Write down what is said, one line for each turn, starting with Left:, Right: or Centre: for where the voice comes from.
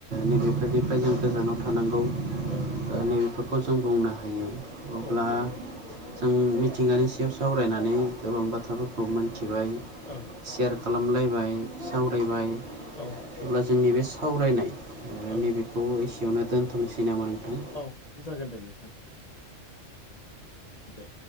Right: नैबेफोरनिफ्राय जों गोजानाव थानांगौ। ओ
Left: औ।
Right: नैबेफोरखौ जों बुंनो हायो अब्ला
Left: औ
Right: जों मिथिंगानि सायाव सावरायनानै गोबां बाथ्राफोरखौ मिथिबाय
Left: औ।
Right: सेयार खालामलायबाय सावरायबाय
Left: औ
Right: अब्ला जोंनि बे सावरायनाय
Left: ओं
Right: नैबेखौ एसेयावनो दोनथ'नोसै नामा नोंथां।
Left: औ जागोन दे नोंथां। दे।